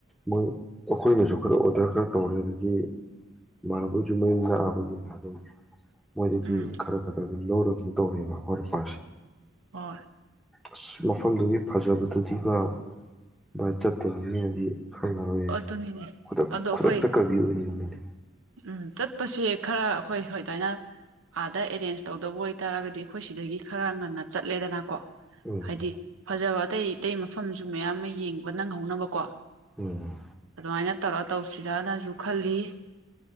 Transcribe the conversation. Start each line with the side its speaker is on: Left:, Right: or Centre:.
Centre: ꯃꯣꯏ ꯑꯩꯈꯣꯏꯅꯁꯨ ꯈꯔ ꯑꯣꯔꯗꯔ ꯈꯔ ꯇꯧꯔꯦ ꯑꯗꯒꯤ ꯃꯥꯅꯕꯣꯏꯁꯨ ꯃꯌꯨꯝ ꯅꯛꯑꯕꯅꯤꯅ ꯑꯗꯨꯝ ꯃꯣꯏꯗꯒꯤ
Right: ꯎꯝ
Centre: ꯈꯔ ꯈꯔ ꯑꯗꯨꯝ ꯂꯧꯔꯒ ꯑꯗꯨꯝ ꯇꯧꯔꯦꯕ ꯑꯣꯔꯄꯥꯁꯦ
Right: ꯍ
Centre: ꯑꯁ ꯃꯐꯝꯗꯨꯒꯤ ꯐꯖꯕꯗꯨ ꯗꯤꯕ ꯕꯥꯏ ꯆꯠꯇ ꯃꯤꯅꯗꯤ ꯈꯪꯉꯔꯣꯏꯌꯦ
Right: ꯑꯗꯨꯅꯤꯅꯦ ꯑꯗꯣ ꯑꯩꯈꯣꯏ ꯎꯝ ꯆꯠꯄꯁꯦ ꯈꯔ ꯑꯩꯈꯣꯏ ꯑꯗꯨꯃꯥꯏꯅ ꯑꯥꯗ ꯑꯦꯔꯦꯟꯖ ꯇꯧꯗꯧꯕ ꯑꯣꯏꯇꯥꯔꯒꯗꯤ ꯑꯩꯈꯣꯏ ꯁꯤꯗꯒꯤ ꯈꯔ ꯉꯟꯅ ꯆꯠꯂꯦꯗꯅꯀꯣ
Centre: ꯎꯝ
Right: ꯍꯥꯏꯗꯤ ꯐꯖꯕꯥ ꯑꯇꯩ ꯑꯇꯩ ꯃꯐꯝꯁꯨ ꯃꯌꯥꯝ ꯑꯃ ꯌꯦꯡꯕ ꯅꯪꯍꯧꯅꯕꯀꯣ
Centre: ꯎꯝ
Right: ꯑꯗꯨꯃꯥꯏꯅ ꯇꯧꯔ ꯇꯧꯁꯤꯔꯅꯁꯨ ꯈꯜꯂꯤ